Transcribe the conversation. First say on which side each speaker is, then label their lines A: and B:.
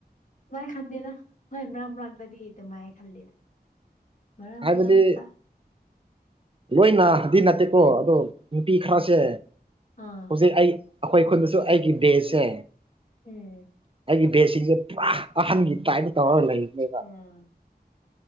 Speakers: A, on the left; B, on the right.
A: ꯃꯥꯏ ꯈꯟꯗꯦꯗ ꯍꯣꯏ ꯃꯔꯛ ꯃꯔꯥꯛꯇꯗꯤ ꯑꯗꯨꯃꯥꯏ ꯈꯟꯂꯤꯗ ꯉꯔꯥꯡꯃꯨꯛ
B: ꯍꯥꯏꯕꯗꯤ
A: ꯂꯥꯛꯇ
B: ꯂꯣꯏꯅꯗꯤ ꯅꯠꯇꯦꯀꯣ ꯑꯗꯣ ꯅꯨꯄꯤ
A: ꯎꯝ
B: ꯈꯔꯁꯦ
A: ꯑꯥ
B: ꯍꯧꯖꯤꯛ ꯑꯩ ꯑꯩꯈꯣꯏ ꯈꯨꯟꯗꯁꯨ ꯑꯩꯒꯤ ꯕꯦꯠꯁꯁꯦ
A: ꯎꯝ
B: ꯑꯩꯒꯤ ꯕꯦꯠꯁꯤꯡꯁꯦ ꯄꯨꯔꯥ ꯑꯍꯟꯒꯤ ꯇꯥꯏꯃ ꯇꯧꯔꯒ ꯂꯩꯕꯅꯦꯕ
A: ꯎꯝ